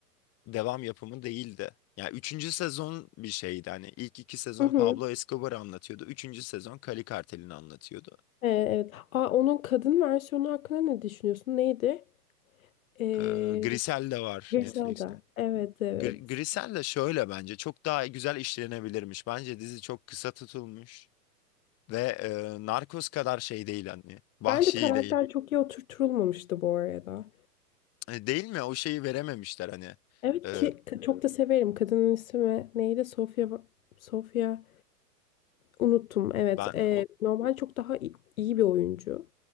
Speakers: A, on the left; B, on the left.
A: devam yapımı değildi. Ya üçüncü sezon bir şeydi. Hani ilk iki sezon
B: Hı hı.
A: Pablo Escobar'ı anlatıyordu. Üçüncü sezon Cali Kartel'ini anlatıyordu.
B: Ee, evet. Aa, onun kadın versiyonu hakkında ne düşünüyorsun? Neydi? Ee,
A: Ee, Grisel de var
B: Griselda.
A: Netflix'te.
B: Evet, evet.
A: Gr- Grisel de şöyle bence çok daha güzel işlenebilirmiş. Bence dizi çok kısa tutulmuş ve e, Narcos kadar şey değil hani vahşi
B: Bence karakter
A: değil.
B: çok iyi oturtulmamıştı bu arada.
A: E, Değil mi? O şeyi verememişler hani.
B: Evet
A: E,
B: ki çok da severim. Kadının ismi neydi? Sofia Sofia unuttum. Evet.
A: ben
B: E,
A: o
B: normal çok daha iyi, iyi bir oyuncu.